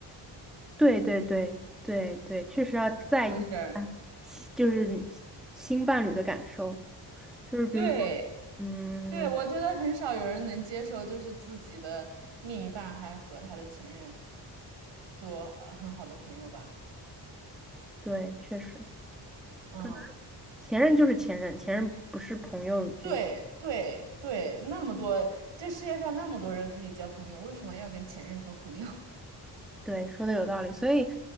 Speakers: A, in the centre; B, on the right (about 90°).
A: 对对对对对，确实要在意
B: 是不是？
A: 新就是你新伴侣的感受，就是比如说，
B: 对
A: 嗯，
B: 对，我觉得很少有人能接受，就是自己的另一半还和他的前任做呃很好的朋友吧。
A: 对，确实，
B: 嗯，
A: 可能前任就是前任，前任不是朋友之间。
B: 对对对，那么多，这世界上那么多人可以交朋友，为什么要跟前任做朋友？
A: 对，说的有道理，所以，